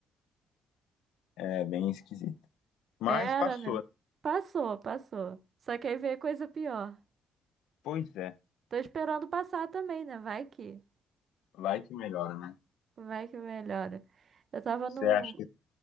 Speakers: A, on the left; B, on the right.
A: É bem esquisito. Mas
B: Era,
A: passou.
B: né?
A: né?
B: Passou, passou. Só que aí veio coisa pior.
A: Pois é,
B: Tô esperando passar também, né? Vai que,
A: vai que melhora, né?
B: vai que melhora. Eu tava
A: Você
B: no.
A: acha que